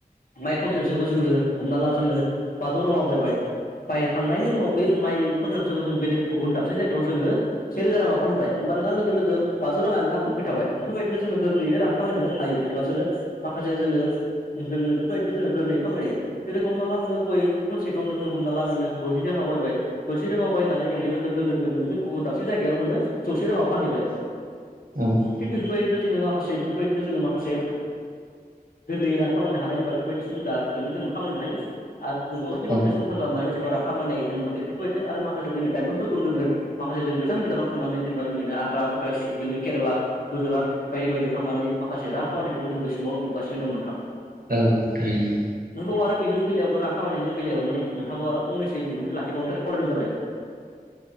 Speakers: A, on the left; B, on the right.
A: माइ खन्टेलसोखौ जोङो हमना ला जोङो बाथौ रङा बायबाय बायखांनायनि उनाव बे माइ कुइन्टेलसोखौ जों बे गुबुन दाबसे जायगायाव जोङो से रोजा राङाव फानबाय होमबा नङा लोगो लोगो लोगो बाजौ राङा ना फ्रफिथ थाबाय बेफोरबायदि नो जोङो गोरलैयै रां खामायनो हायो । एबा जोङो माखासे जोङो जोङो बेफोरबायदिनो जोङो गोरलैयै खामानि जेरो हमना ला नोङो गय खनसे खौ नोङो हमना ला नोङो द'जि राङाव बायबाय द'जि राङाव बायनानै नोङो लोगो लोगोनो नोङो गुबुन दाबसे जायगायाव नोङो जौसे राङाव फानहैबाय।
B: औ औ
A: थिग बेफोरबायदिनो जोङो मा खासे बेफोरबायदिनो जोङो माखासे गोरलै रां खामायनो हानाय होनबा बेफोरबायदि सुबिदाजोंनो जों खामायनो हायो। आरो जोंनि बर'
B: औ
A: समाज <unintelligible> रां खामायनाय होनबाथाय बेफोरबायदिनो आरो माखासे जोंनि लाइमोनफोरखौ जोङो माखासे जों गोजान गोजानाव थांनानै जेनेबा जोंनिनो आन्ध्रा प्रदेश बिदिनो केरेला गुजरात बायदि बायदियाव थांनानै माखासे रां खामायनायखौबो जों बे समाव नुगासिनो दं नोंथां
B: औ थारैनो
A: नोंगौ आरो बेनि बेलायावनो रां खामायनायनि बेलायावनो नोंथांखौ आरो फंनैसो बिबुंथि लाखिबावनो थाखाय खावलायनाय जाबाय।